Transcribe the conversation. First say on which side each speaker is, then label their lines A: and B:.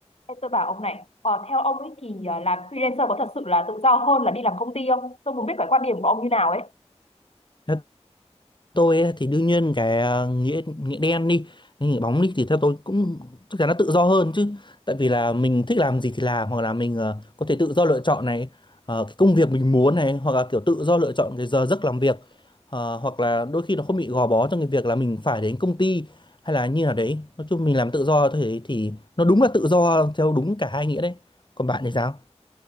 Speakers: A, on the left (about 60°); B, on the left (about 40°).
A: Ê, tôi bảo ông này, ờ, theo ông ấy thì ờ, làm freelancer có thật sự là tự do hơn là đi làm công ty không? Tôi muốn biết cái quan điểm của ông như nào ấy.
B: Theo tôi ấy, thì đương nhiên cái ờ, nghĩa nghĩa đen đi hay nghĩa bóng đi thì theo tôi cũng chắc chắn nó tự do hơn chứ tại vì là mình thích làm gì thì làm hoặc là mình ờ, có thể tự do lựa chọn này ờ, cái công việc mình muốn này hoặc là kiểu tự do lựa chọn cái giờ giấc làm việc Ờ, hoặc là đôi khi nó không bị gò bó trong cái việc là mình phải đến công ty hay là như nào đấy nói chung mình làm tự do thế thì nó đúng là tự do theo đúng cả hai nghĩa đấy còn bạn thì sao